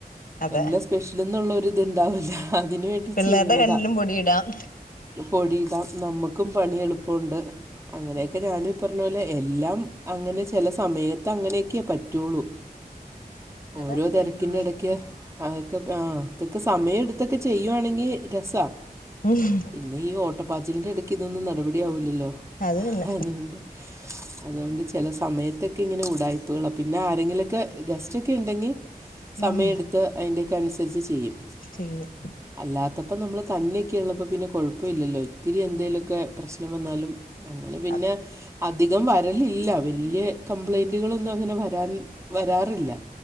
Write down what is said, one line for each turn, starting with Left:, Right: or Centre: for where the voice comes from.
Left: അതെ
Right: എന്നസ് സ്പെഷ്യല്ന്നുള്ള ഒരിത് ഇതുണ്ടാവൂല അതിന് വേണ്ടി
Left: പിള്ളേരുടെ
Right: ചെയ്യ്ന്നതാ
Left: കണ്ണിലും പൊടിയിടാം
Right: പൊടിയിടാം നമ്മക്കും പണി എളുപ്പൊണ്ട് അങ്ങനെയെക്കെ
Left: അതന്നെ
Right: ഞാനും പറഞ്ഞ പോലെ എല്ലാം അങ്ങനെ ചെല സമയത്ത് അങ്ങനെയെക്ക്യെ പറ്റുള്ളു
Left: അതന്നേ
Right: ഓരോ തെരക്കിന്റെ
Left: പറ്റുള്ളൂ എപ്പഴും
Right: എടക്ക് അഅക്കെപ് ആഹ് ഇതൊക്കെ സമയം എടുത്തൊക്കെ ചെയ്യുവാണെങ്കി രസാ
Left: ഉം
Right: പിന്നെ ഈ ഓട്ടപ്പാചിലിന്റെ എടക്ക് ഇതൊന്നും നടപടി ആവൂല്ലല്ലോ
Left: അത് തന്നെ
Right: അതുകൊണ്ട് അതോണ്ട് ചെല സമയത്തൊക്കെ ഇങ്ങനെ ഉടായ്പ്പ്കളാ പിന്നെ ആരെങ്കിലൊക്കെ ഗസ്റ്റ്ക്കെ ഇണ്ടെങ്കി സമയെട്ത്ത്
Left: ഉം
Right: അയ്ൻ്റെക്കെ അനുസരിച്ച് ചെയ്യും
Left: ചെയ്യും
Right: അല്ലാത്തപ്പോ നമ്മള് തന്നെയൊക്കെള്ളപ്പോ പിന്നെ കൊഴപ്പാെഇല്ലല്ലോ ഇത്തിരി എന്തേലൊക്കെ
Left: അത്
Right: പ്രശ്നം വന്നാലും അങ്ങനെ പിന്നെ
Left: അത്
Right: അധികം വരലില്ല വല്ല്യ കംപ്ലൈന്റുകളൊന്നും അങ്ങനെ വര രാൻ വരാറില്ല